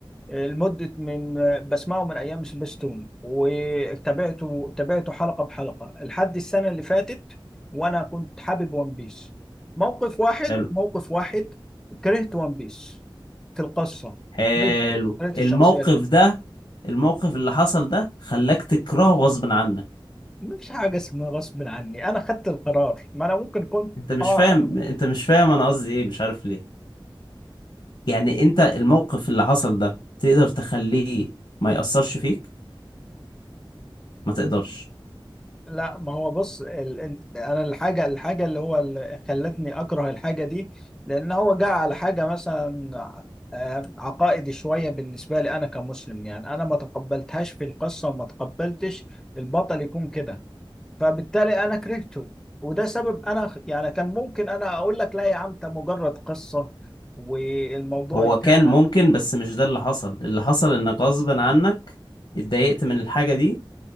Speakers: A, in the centre; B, on the left.
A: لمدة من بسمعه من أيام سبيستون وتابعته تابعته حلقة بحلقة لحد السنة اللي فاتت وأنا كنت حابب ون بيس موقف واحد
B: حلو
A: موقف واحد كرهت ون بيس في القصة
B: حلو
A: كرهت كرهت
B: الموقف
A: الشخصيات
B: ده الموقف اللي حصل ده خلاك تكرهه غصب عنك
A: مش حاجة اسمها غصب عني أنا خدت القرار ما أنا ممكن كنت
B: انت مش
A: اه
B: فاهم انت مش فاهم انا قصدي ايه مش عارف ليه يعني انت الموقف اللي حصل ده تقدر تخليه ما يأثرش فيك ما تقدرش
A: لا ما هو بص ال... ال... انا الحاجه الحاجه اللي هو اللي خلتني اكره الحاجه دي لان هو جاء على حاجه مثلا آه، عقائدي شويه بالنسبه لي انا كمسلم يعني انا ما تقبلتهاش في القصه وما تقبلتش البطل يكون كده فبالتالي انا كرهته وده سبب انا خ- يعني كان ممكن انا اقول لك لا يا عم ده مجرد قصه والموضوع
B: هو
A: انتهى
B: كان ممكن بس مش ده اللي حصل اللي حصل انك غصب عنك اتضايقت من الحاجة دي